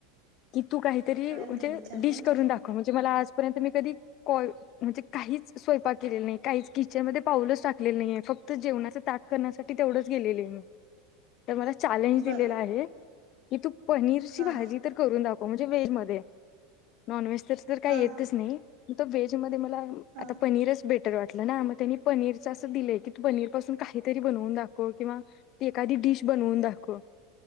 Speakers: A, on the left (about 45°); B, on the right (about 60°).
A: की तू काहीतरी
B: काय
A: म्हणजे
B: दिली चॅलेंज
A: डिश करून दाखव, म्हणजे मला आज तपर्यंत मी कधी कॉ म्हणजे काहीच स्वयंपाक केलेलं नाही काहीच किचन मध्ये पाऊलच टाकलेलं नाही फक्त जेवणाच ताट करण्यासाठी तेवढंच गेलेले मी. तर मला चॅलेंज
B: बर
A: दिलेला आहे. की तू पनीरची
B: हा
A: भाजी बनवून दाखव. म्हणजे व्हेज मध्ये नॉनव्हेज तस तर काही
B: हा
A: येतच नाही. वेजमध्ये म
B: हा
A: आता पनीरच भेट वाटलं ना मग त्यांनी पनीरच असं दिलंय की, तू पनीर पासून काहीतरी बनवून दाखव किंवा एखादी डिश बनवून दाखव.